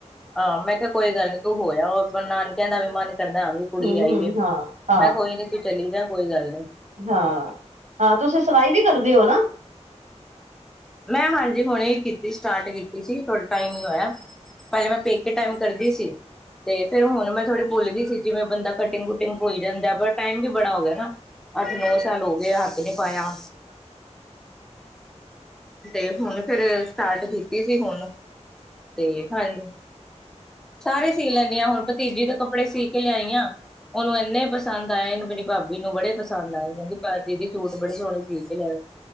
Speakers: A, in the centre; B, on the right.
A: ਹਾਂ ਮੈਂ ਕਿਹਾ, ਕੋਈ ਗੱਲ ਨੀ ਤੂੰ ਹੋਏ ਆ ਨਾਨਕਿਆਂ ਦਾ ਵੀ ਮਨ ਕਰਦਾ ਹਾਂ, ਵੀ ਕੁੜੀ
B: ਹਮ
A: ਆਈ
B: ਹਮ
A: ਏ
B: ਹਾਂ ਹਾਂ
A: ਮੈਂ ਕਿਹਾ, ਕੋਈ ਨੀ ਤੂੰ ਚਲੀ ਜਾ ਕੋਈ ਗੱਲ ਨਹੀਂ।
B: ਹਾਂ ਹਾਂ ਤੁਸੀਂ ਸਿਲਾਈ ਵੀ ਕਰਦੇ ਹੋ ਨਾ
A: ਮੈਂ ਹਾਂਜੀ ਹੁਣੇ ਕੀਤੀ ਸਟਾਰਟ ਕੀਤੀ ਸੀ। ਥੋੜਾ ਟਾਈਮ ਹੀ ਹੋਇਆ। ਪਹਿਲੇ ਮੈਂ ਪੇਕੇ ਟਾਈਮ ਕਰਦੀ ਸੀ। ਤੇ ਫੇਰ ਹੁਣ ਮੈਂ ਥੋੜ੍ਹੀ ਭੁੱਲ ਗਈ ਸੀ। ਜਿਵੇਂ ਬੰਦਾ ਕਟਿੰਗ ਕੁੂਟਿੰਗ ਭੁੱਲ ਜਾਂਦਾ ਹੈ। ਪਰ ਟਾਈਮ ਵੀ ਬੜਾ ਹੋ ਗਿਆ ਨਾ, ਅੱਠ ਨੌ ਸਾਲ ਹੋ ਗਏ ਹੱਥ ਨਹੀਂ ਪਾਇਆ। ਤੇ ਹੁਣ ਫੇਰ ਸਟਾਰਟ ਕੀਤੀ ਸੀ। ਹੁਣ ਤੇ ਹਾਂਜੀ। ਸਾਰੇ ਸੀ ਲੈਂਦੀ ਹਾਂ ।ਹੁਣ ਭਤੀਜੀ ਦੇ ਕੱਪੜੇ ਸੀ ਕੇ। ਸੀ ਕੇ ਆਈ ਆਂ ਉਹਨੂੰ ਇੰਨੇ ਪਸੰਦ ਆਏ ਆ, ਇਹਨੂੰ ਮੇਰੀ ਭਾਬੀ ਨੂੰ ਬੜੇ ਪਸੰਦ ਆਏ ਕਹਿੰਦੀ ਦੀਦੀ ਸੂਟ ਬੜੇ ਸੋਹਣੇ ਸੀ ਕੇ ਲਿਆਏ ਓ